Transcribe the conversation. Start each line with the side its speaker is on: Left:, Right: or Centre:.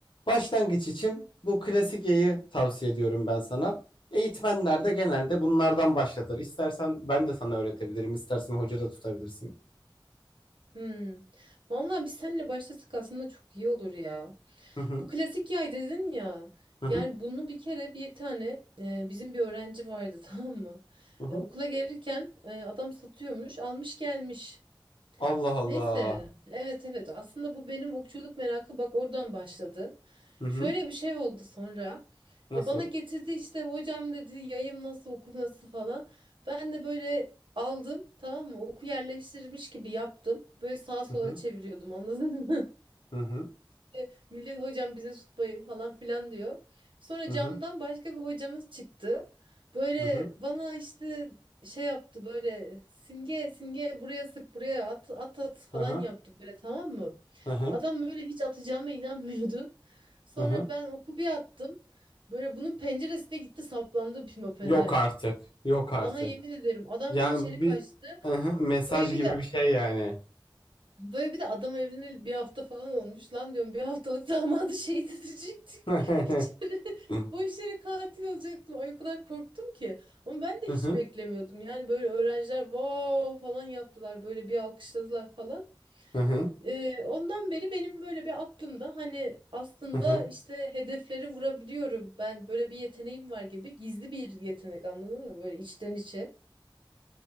Left: Başlangıç için bu klasik yayı tavsiye ediyorum ben sana. Eğitmenler de genelde bunlardan başlatır. İstersen ben de sana öğretebilirim. İstersen hoca da tutabilirsin.
Right: Hmm. Vallahi biz seninle başlasak aslında çok iyi olur ya.
Left: Hı hı
Right: Bu klasik yay dedin ya.
Left: hı hı.
Right: Yani bunu bir kere bir tane e, bizim bir öğrenci vardı <laughs> tamam mı?
Left: hı hı.
Right: E, okula gelirken e, adam satıyormuş, almış gelmiş.
Left: Allah Allah.
Right: Neyse, evet evet aslında bu benim okçuluk merakı bak oradan başladı.
Left: Hı hı.
Right: Şöyle bir şey oldu sonra.
Left: Nasıl?
Right: E, bana getirdi işte hocam dedi yayım nasıl okum nasıl falan. Ben de böyle aldım tamam mı? Oku yerleştirmiş gibi yaptım. Böyle sağa sola
Left: Hı hı.
Right: çeviriyordum anladın mı?
Left: Hı hı.
Right: İşte millet hocam bize tutmayın falan filan diyor. Sonra
Left: Hı
Right: camdan
Left: hı.
Right: başka bir hocamız çıktı. Böyle
Left: Hı hı.
Right: bana işte şey yaptı böyle simge simge buraya sık buraya at at at falan
Left: Hı hı.
Right: yaptı böyle tamam mı?
Left: Hı hı.
Right: Adam böyle hiç atacağıma inanmıyordu. Sonra
Left: Hı hı.
Right: ben oku bir attım. Böyle bunun penceresine gitti saplandı Pimapen'e.
Left: Yok artık. Yok artık.
Right: Sana yemin ederim adam
Left: Yani
Right: bir içeri
Left: bu
Right: kaçtı.
Left: bir hı hı, mesaj
Right: Böyle bir
Left: gibi
Right: de
Left: bir şey yani.
Right: Böyle bir de adam evleneli bir hafta falan olmuş. Lan diyorum bir haftalık <laughs> damadı şehit edecektik.
Left: <laughs> Hı
Right: <laughs> Hiç yere,
Left: hı.
Right: boş yere katil olacaktım. Ay o kadar korktum ki. Ama ben de
Left: Hı
Right: hiç
Left: hı.
Right: beklemiyordum. Yani böyle öğrenciler wow falan yaptılar. Böyle bir alkışladılar falan.
Left: Hı hı.
Right: Ee, ondan beri benim böyle bir aklımda hani aslında
Left: Hı hı.
Right: işte hedefleri vurabiliyorum. Ben böyle bir yeteneğim var gibi gizli bir yetenek anladın mı? Böyle içten içe